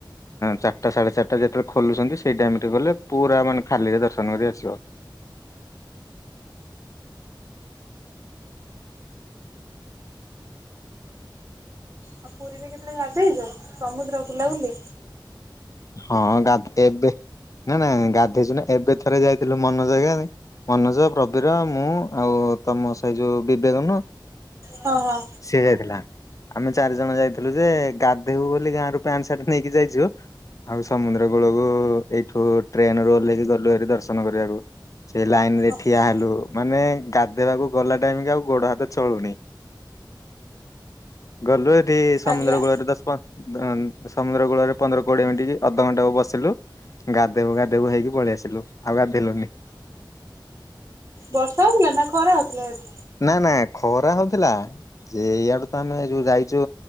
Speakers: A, on the left (about 40°); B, on the right (about 40°).
A: ଚାରିଟା ସାଢ଼େ ଚାରିଟା ଯେତେବେଳେ ଖୋଲୁଚନ୍ତି ସେଇ ଟାଇମରେ ଗଲେ ପୁରା ମାନେ ଖାଲିରେ ଦର୍ଶନ କରି ଆସିବ।
B: ଆଉ ପୁରୀରେ କେତେବେଳେ ଗାଧେଇଚ ସମୁଦ୍ର ବୁଲା ବୁଲି
A: ହଁ ଗାଧେ ଏବେ ନା ନା ନା ଗାଧେଇଚୁ ନା ଏବେ ଥରେ ଯାଇଥିଲୁ ମନୋଜ ହେରିକା ମନୋଜ ପ୍ରବୀର ମୁଁ ଆଉ ତମ ସେଇ ଯୋଉ ବିବେକ ନୁ
B: ହଁ ହଁ
A: ସିଏ ଯାଇଥିଲା। ଆମେ ଚାରି ଜଣ ଯାଇଥିଲୁ ଯେ ଗାଧେଇବୁ ବୋଲି ଗାଁରୁ ପ୍ୟାଣ୍ଟ ସାର୍ଟ ନେଇକି ଯାଇଚୁ। ଆଉ ସମୁଦ୍ର କୂଳକୁ ଏଇଠୁ ଟ୍ରେନ ରୁ ଓହ୍ଲେଇକି ଗଲୁଭାରି ଦର୍ଶନ କରିବାକୁ ସେଇ ଲାଇନ ରେ
B: ଓହୋ।
A: ଠିଆ ହେଲୁ ମାନେ ଗାଧେଇବାକୁ ଗଲା ଟାଇମ କି ଆଉ ଗୋଡ ହାତ ଚଳୁନି ଗ ସମୁଦ୍ର
B: ହାଲିଆ
A: କୁଳରେ ଦଶ ପ ସମୁଦ୍ର କୂଳରେ ପନ୍ଦର କୋଡିଏ ମିନିଟ କି ଅଧଘଣ୍ଟେ ହବ ବସିଲୁ ଗାଧେଇବୁ ଗାଧେଇବୁ ହେଇକି ପଳେଇ ଆସିଲୁ ଆଉ ଗାଧେଇଲୁନି।
B: ବର୍ଷା ହୋଉଥିଲା ନା ଖରା ହୋଉଥିଲା ହେଠି?
A: ନା ନା ଖରା ହୋଉଥିଲା। ଯେ ଏଇଆଡୁ ତ ଆମେ ଯୋଉ ଯାଇଚୁ।